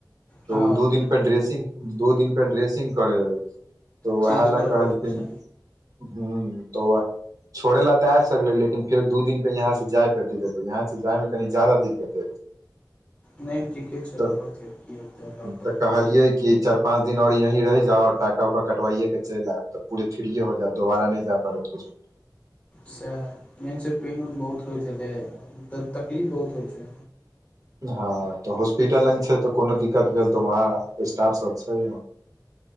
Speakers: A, on the right (about 50°); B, on the left (about 20°).
A: तऽ
B: हँ
A: ओ दू दिन बाद ड्रेसिंग दू दिन पर कराबय पड़ैत अछि, ताहि लेल ओ
B: चेंज
A: वएह
B: करऽ
A: बात कहलखिन
B: पड़ै छै
A: ह त छोड़ऽ लेल तऽ आब सकैत छी, मुदा फेर दिन पर एतयसँ जाए पड़त एतयसँ जाएमे कनि जादा दिक्कत
B: नहि ठीके छै
A: तऽ
B: रहत की हेतै अलग करबै
A: तऽ कहलियै कि चारि पाँच दिन आओर एतहि रहू, जखन ओका कटाय लेल चलि आयब तऽ पूरा भऽ जायत, फेर दोबारा नहि जाए पड़त हॉस्पिटल
B: सही में से पेन ओहिना बहुत होइत छै, तकलीफ बहुत होइ छै
A: हँ तऽ हॉस्पिटल लग छै तऽ कोनो दिक्कत भेल तऽ ओतऽ स्टाफ सभ छै